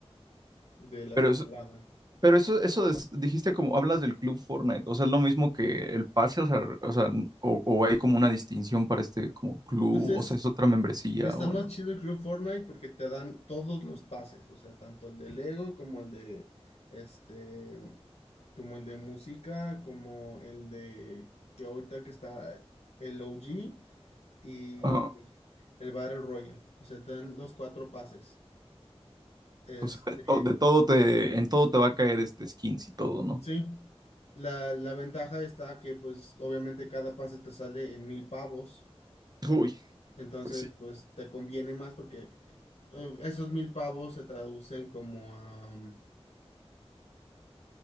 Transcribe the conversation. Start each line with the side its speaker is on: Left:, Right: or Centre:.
Left: de la
Right: pero
Left: temporada.
Right: eso, pero eso, eso es- dijiste como hablas del club Fortnite, o sea, es lo mismo que el pase, o sea, r- o sea, n- o, o hay como una distinción para este como club,
Left: Entonces,
Right: o sea, es otra membresía
Left: Está
Right: o
Left: más chido el Club Fortnite porque te dan todos los pases, o sea, tanto el de Lego como el de este, como el de música, como el de que ahorita que está el OG y
Right: algo.
Left: el Battle Royale. O sea, te dan los cuatro pases. Este,
Right: O sea, de to- de todo te, en todo te va a caer este skins y todo, ¿no?
Left: sí. La, la ventaja está que, pues, obviamente cada pase te sale en mil pavos.
Right: Uy,
Left: Entonces,
Right: pues sí.
Left: pues, te conviene más porque eh, esos mil pavos se traducen como a, mm,